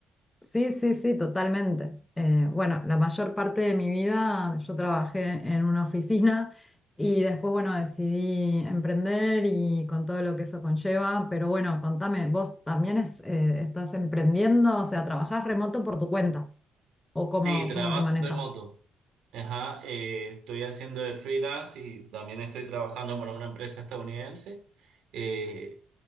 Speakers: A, on the left (about 15°); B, on the right (about 80°).
A: sí, sí, sí, totalmente. Eh, bueno, la mayor parte de mi vida yo trabajé en una oficina y después, bueno, decidí emprender y con todo lo que eso conlleva. Pero bueno, contame, ¿vos también es- eh, estás emprendiendo? O sea, ¿trabajás remoto por tu cuenta? ¿O cómo,
B: Sí, trabajo
A: cómo te manejas?
B: remoto. Ajá, eh, estoy haciendo de freelance y también estoy trabajando para una empresa estadounidense. Eh,